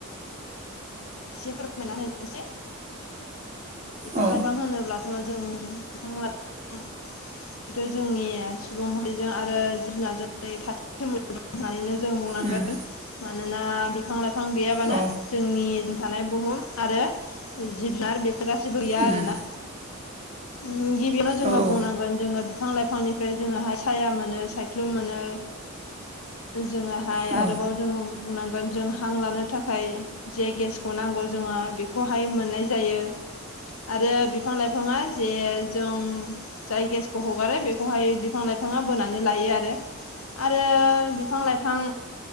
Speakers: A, on the left (about 80°); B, on the right (about 30°).
A: एसे फोरमायनानै होनोसै बिफां
B: औ
A: लाइफां होनोब्ला थ' जों बिफां लाइफां बेथ' जोंनि सुबुं माहारिजों आरो जुनारजों खाथि सोमोन्दो दं होननानैनो जों बुंनांगोन
B: उम
A: मानोना बिफां लाइफां गैयाबानो
B: औ
A: जोंनि थानाय बुहुम आरो जिब जुनार बेफोर गासिबो गैया
B: उम
A: आरोना ओम गिबियावनो जोङो
B: औ औ
A: बुंनांगोन जोङो बिफां लाइफां बिफांनिफ्राय जोङोहाय साया मोनो सायख्लुम मोनो जोङोहाय
B: मोनो
A: आरोबाव जों बुंनांगोन जों हां लानो थाखाय जे गेसखौ नांगौ जोङो बेखौहाय मोननाय जायो आरो बिफां लाइफाङा जे जों जाय गेसखौ हगारो बेखौहाय बिफां लाइफाङा बोनानै लायो आरो आरो बिफां लाइफां